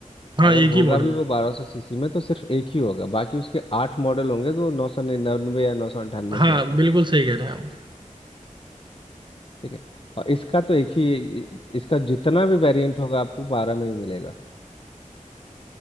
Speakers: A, on the right; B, on the left.
A: हाँ
B: अगर
A: एक
B: होगा
A: ही मॉडल
B: भी वो बारह सौ सीसी में तो सिर्फ एक ही होगा बाकी उसके आठ मॉडल होंगे तो नौ सौ निन्यानवे या नौ सौ अंठानवे
A: हाँ
B: के होंगे
A: बिल्कुल सही कह रहे हैं
B: ठीक है और इसका तो एक ही इसका जितना भी वेरिएंट होगा आपको बारह में ही मिलेगा